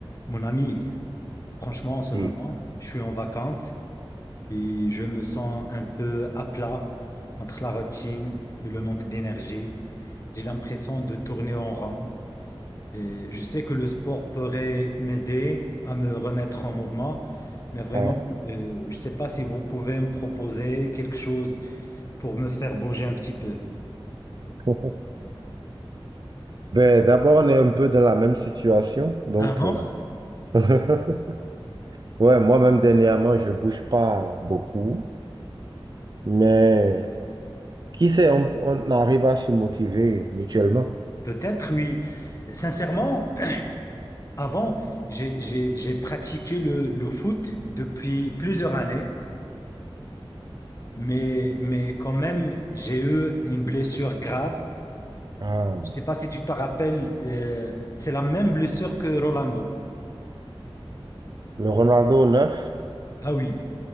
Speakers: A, on the left; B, on the right.
A: Mon ami, franchement, en ce
B: Oui.
A: moment, je suis en vacances et je me sens un peu à plat entre la routine et le manque d'énergie. J'ai l'impression de tourner en rond. Et je sais que le sport pourrait m'aider à me remettre en mouvement, mais vraiment,
B: Ouais.
A: euh, je ne sais pas si vous pouvez me proposer quelque chose pour me faire bouger un petit peu.
B: <laughs> Ben, d'abord, on est un peu dans la même situation. Donc,
A: Avant,
B: euh, <laughs> ouais, moi-même, dernièrement, je bouge pas beaucoup. Mais qui sait, on, on arrive à se motiver mutuellement.
A: peut-être oui. Sincèrement, Avant, j'ai j'ai- j'ai pratiqué le, le foot depuis plusieurs années, mais, mais quand même, j'ai eu une blessure grave.
B: Ah, non.
A: Je sais pas si tu te rappelles, euh, c'est la même blessure que Rolando.
B: le Ronaldo neuf,
A: Ah oui,